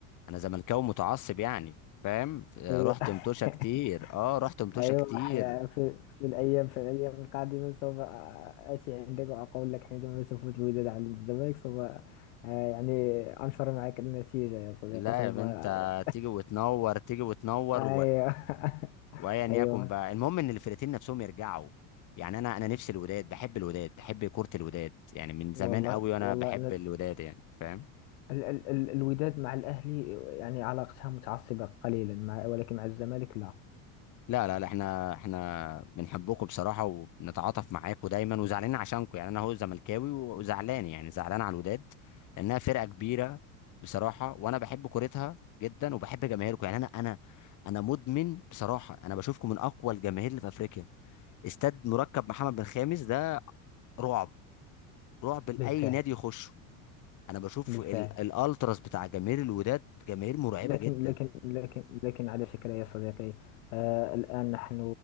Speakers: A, on the left; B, on the left.
A: انا زملكاوي متعصب يعني فاهم ف- رحت
B: أيوة
A: متوشه كتير
B: <laughs>
A: اه رحت متوشه
B: أيوة
A: كتير
B: حيا- في, في الأيام في الأيام القادمة سوف آه، آتي عندك وأقول لك حينما تفوز الوداد على الزمالك سوف آه، يعني أنشر معك النتيجة يا صديقي
A: لا
B: سوف
A: يا بنت
B: <laughs>
A: تيجي وتنور تيجي وتنور
B: أيوة <laughs>
A: وايا
B: أيوة
A: يكن بقى المهم ان الفرقتين نفسهم يرجعوا يعني انا انا نفسي الوداد بحب الوداد بحب كرة الوداد يعني من زمان
B: والله
A: قوي
B: والله
A: وانا بحب الوداد يعني فاهم
B: ال ال ال الوداد مع الأهلي يعني علاقتها متعصبة قليلا مع ولكن مع الزمالك لا
A: لا لا لا احنا احنا بنحبكم بصراحة وبنتعاطف معاكم دايما وزعلانين عشانكم يعني انا هو زملكاوي وزعلان يعني زعلان على الوداد لانها فرقة كبيرة بصراحة وانا بحب كورتها جدا وبحب جماهيركم يعني انا انا انا مدمن بصراحة انا بشوفكم من اقوى الجماهير اللي في افريقيا استاد مركب محمد بن خامس ده رعب رعب لاي
B: بالفعل
A: نادي يخش انا بشوف
B: بالفعل
A: ال- الالتراس بتاع جماهير الوداد جماهير مرعبه
B: لكن
A: جدا
B: لكن لكن لكن على فكرة يا صديقي آه الآن نحن